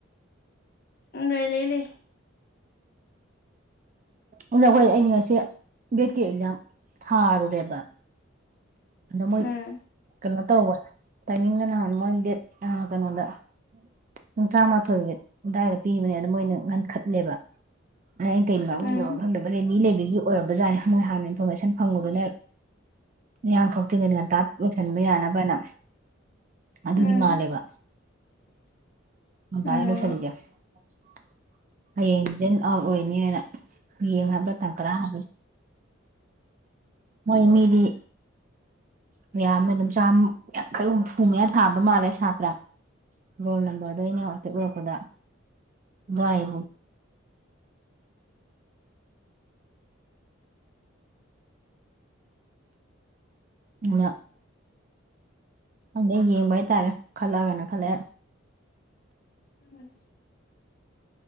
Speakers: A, on the left; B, on the right.
A: ꯎꯝ ꯂꯩ ꯂꯩ ꯂꯩ
B: ꯑꯗ ꯑꯩꯈꯣꯏ ꯑꯩꯅ ꯉꯁꯤ ꯦꯠꯀꯤ ꯑꯦꯛꯖꯥꯝ ꯊꯥꯔꯨꯔꯦꯕ ꯃ
A: ꯎꯝ
B: ꯀꯩꯅꯣ ꯇꯧꯕ ꯇꯥꯏꯃꯤꯡꯗ ꯅꯍꯥꯟ ꯃꯣꯏ ꯗꯦꯠ ꯀꯩꯅꯣꯗ ꯄꯨꯡ ꯇꯔꯥꯃꯥꯊꯣꯏ ꯑꯗꯨꯋꯥꯏꯗ ꯄꯤꯕꯅꯦꯗ ꯃꯣꯏꯅ ꯉꯟꯈꯠꯂꯦꯕꯩꯅ ꯀꯩꯅ ꯃꯔꯣ
A: ꯎꯝ
B: ꯈꯪꯗꯕꯅꯦ ꯃꯤ ꯂꯩꯕꯒꯤ ꯑꯣꯏꯔꯕꯖꯥꯠꯅꯦꯣꯏꯅ ꯍꯥꯟꯅ ꯏꯟꯐꯣꯔꯃꯦꯁꯟ ꯐꯪꯕꯗꯨꯅ ꯏꯌꯥꯥꯡ ꯊꯣꯛꯇ꯭ꯔꯤꯉꯩ ꯉꯟꯇꯥ ꯂꯣꯏꯁꯤꯟꯕ ꯌꯥꯅꯕꯅ ꯑꯗꯨꯒꯤ
A: ꯎꯝ
B: ꯃꯥꯜꯂꯦꯕ ꯇꯔ
A: ꯎꯝ
B: ꯂ ꯆꯂꯤꯖꯖ ꯑꯥꯎꯠ ꯑꯣꯏꯅꯤꯅ ꯌꯦ ꯍꯥꯕ ꯇꯪ ꯀ꯭ꯔ ꯍꯥꯏꯕ ꯃꯣꯏꯃꯤꯗꯤ ꯃꯌꯥꯝꯅ ꯑꯗꯨꯝ ꯆꯥꯝꯃꯨꯛ ꯈꯔꯨꯛ ꯐꯨꯉꯌꯥ ꯊꯥꯕ ꯃꯥꯜꯂꯦ ꯁꯥꯇ꯭ꯔꯥ ꯔꯣꯜ ꯅꯝꯕꯔꯗꯣ ꯑꯩꯅ ꯉꯐꯦ ꯎꯔꯛꯄꯗ ꯑꯗꯨꯋꯥꯏꯕꯨꯣ ꯎꯅ ꯍꯪꯗ ꯌꯦꯡꯕ ꯍꯥꯏꯇꯥꯔꯦ ꯈꯜꯂꯒꯅ ꯈꯜꯂꯦ
A: ꯎꯝ